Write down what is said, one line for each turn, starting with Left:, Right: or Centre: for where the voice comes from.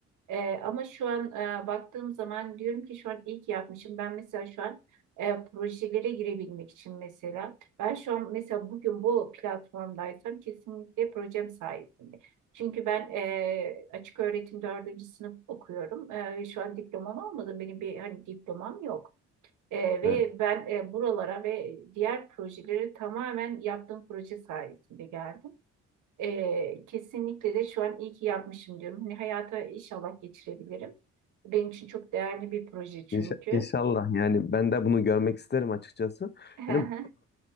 Right: E, ama şu an e, baktığım zaman diyorum ki şu an iyi ki yapmışım. Ben mesela şu an e, projelere girebilmek için mesela ben şu an mesela bugün bu platformdaysam kesinlikle projem sayesinde. Çünkü ben e, açık öğretim dördüncü sınıf okuyorum E, ve şu an diplomamı almadım. Benim bir hani diplomam yok. E, ve
Left: Evet.
Right: ben e, buralara ve diğer projeleri tamamen yaptığım proje sayesinde geldim. E, kesinlikle de şu an iyi ki yapmışım diyorum. Hani hayata inşallah geçirebilirim. Benim için çok değerli bir proje çünkü.
Left: İnşa- İnşallah yani ben de bunu görmek isterim açıkçası.
Right: <laughs>
Left: Yani